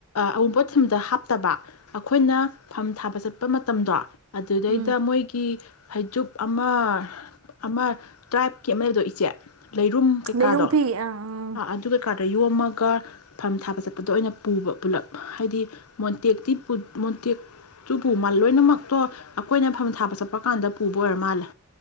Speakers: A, on the left (about 85°); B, on the right (about 70°).
A: ꯑꯋꯨꯟꯄꯣꯠ ꯊꯤꯟꯕꯗ ꯍꯥꯞꯇꯕ ꯑꯩꯈꯣꯏꯅ ꯐꯝ ꯊꯥꯕ ꯆꯠꯄ ꯃꯇꯝꯗꯣ ꯑꯗꯨꯗꯩꯗ
B: ꯎꯝ
A: ꯃꯣꯏꯒꯤ ꯐꯩꯖꯨꯞ ꯑꯃ ꯑꯃ ꯇ꯭ꯔꯥꯏꯞꯀꯤ ꯑꯃꯗꯣ ꯏꯆꯦ ꯂꯩꯔꯨꯝ ꯀꯩꯀꯥꯗꯣ
B: ꯂꯩꯔꯨꯡ ꯐꯤ ꯑꯥ ꯎꯝ
A: ꯑꯗꯨ ꯀꯩꯀꯥꯔꯗ ꯌꯣꯝꯃꯒ ꯐꯝ ꯊꯥꯕ ꯆꯠꯄꯗ ꯑꯣꯏꯅ ꯄꯨꯕ ꯄꯨꯂꯞ ꯍꯥꯏꯗꯤ ꯃꯣꯟꯇꯦꯛꯇꯤ ꯃꯣꯟꯇꯦꯛꯇꯨ ꯄꯨ ꯃꯥꯜꯂꯦ ꯂꯣꯏꯅꯃꯛꯇꯣ ꯑꯩꯈꯣꯏꯅ ꯐꯝ ꯊꯥꯕ ꯆꯠꯄ ꯀꯥꯟꯗ ꯄꯨꯕ ꯑꯣꯏꯔ ꯃꯥꯜꯂꯦ